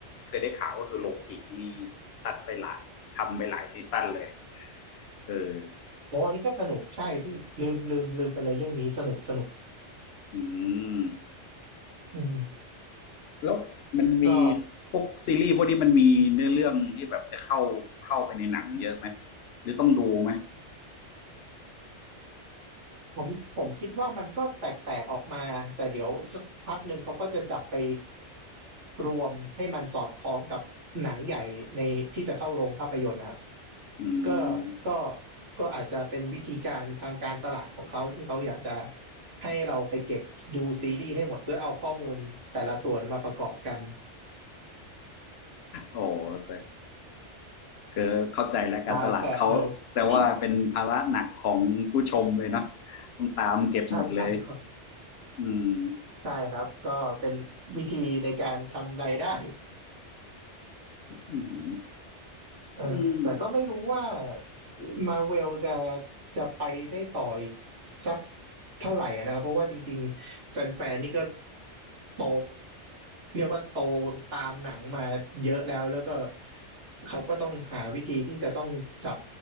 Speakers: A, on the left (about 65°); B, on the right (about 80°).
A: เคยได้ข่าวก็คือโลกินี่ซัดไปหลาย ทำไปหลายซีซั่นเลยเออ
B: โอ้อันนี้ก็สนุกใช่พี่ลืมลืมลืมไปเลยเรื่องนี้สนุกสนุก
A: อืม
B: อืม
A: แล้วมันมี
B: ก็
A: พวกซีรีส์พวกนี้มันมีเนื้อเรื่องที่แบบจะเข้าเข้าไปในหนังเยอะไหมหรือต้องดูไหม
B: ผมผมคิดว่ามันก็แตกแตกออกมาแต่เดี๋ยวสักพักหนึ่งเขาก็จะจับไปรวมให้มันสอดคล้องกับหนังใหญ่ในที่จะเข้าโรงภาพยนตร์นะครับ
A: อื
B: ก็
A: ม
B: ก็ก็อาจจะเป็นวิธีการทางการตลาดของเขาที่เขาอยากจะให้เราไปเก็บดูซีรีส์ให้หมดเพื่อเอาข้อมูลแต่ละส่วนมาประกอบกัน
A: โอ้แต่ก็เข้าใจแล้วการตลาดเขาแต่ว่าเป็นภาระหนักของผู้ชมเลยเนาะ
B: มาแชะเลย <laughs>
A: ต้องตามเก็บหมดเลย
B: ใช่ใช่ครับ
A: อืม
B: ใช่ครับก็เป็นวิธีในการทำรายได้
A: อืม
B: เออแต่ก็ไม่รู้ว่า
A: อืม
B: มาเวลจะจะไปได้ต่ออีกสักเท่าไหร่อะนะครับเพราะว่าจริงๆแฟนๆนี่ก็โตเรียกว่าโตตามหนังมาเยอะแล้วแล้วก็เขาก็ต้องหาวิธีที่จะต้องจับ